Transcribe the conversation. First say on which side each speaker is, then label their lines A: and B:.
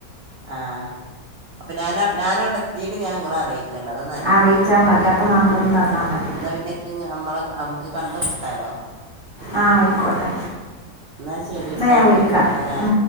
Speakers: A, on the right; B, on the right.
A: ആ അപ്പൊ ഞാൻ ഞാനവിടെ ത്തീട്ട് ഞാൻ ങ്ങള അറിയിക്കേണ്ട്. അത
B: അറിയ്ച്ചാ മതി. അപ്പ നമ്പറും തന്നാ മതി
A: ന്നാ പിന്നെ ക്ക് അമ്മളെ അമ്മക്ക് കണ്ട് മുട്ടാലോ
B: ആ ആയിക്കോട്ടെ
A: ന്നാ ശരിട്ടാ
B: എന്നാൽ ഞാൻ
A: ഞാം
B: വിളിക്കാം
A: വിളിക്കണ്ട്ട്ടാ
B: ഉം.